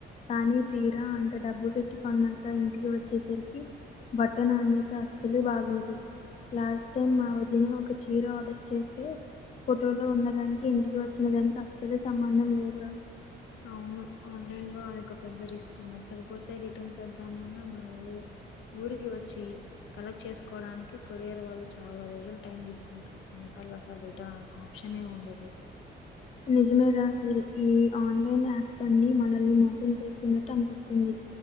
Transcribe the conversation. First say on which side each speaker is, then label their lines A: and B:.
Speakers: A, on the left; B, on the left.
A: కానీ తీరా అంత డబ్బు పెట్టి కొన్నాక ఇంటికి వచ్చేసరికి బటన్ అనిత అస్సలు బాగోదు లాస్ట్ టైమ్ మా వదిన ఒక చీర ఆర్డర్ చేస్తే ఫోటోలో ఉన్న దానికి ఇంటికి వచ్చిన దానికి అస్సలే సంబంధం లేదు రా
B: అవును ఆన్లైన్ లో అది ఒక పెద్ద రిస్క్ నచ్చకపోతే రిటర్న్ చేద్దామన్నా మన ఊ ఊరికి వచ్చి కలెక్ట్ చేసుకోవడానికి కొరియర్ వాళ్ళు చాలా రోజులు టైం తీసుకుంటారు కొన్నిసార్లు అసల్ రిట ఆప్షనే ఉండదు
A: నిజమే రా ఈ ఈ ఆన్లైన్ యాప్స్ అన్ని మనల్ని మోసం చేస్తున్నట్టు అనిపిస్తుంది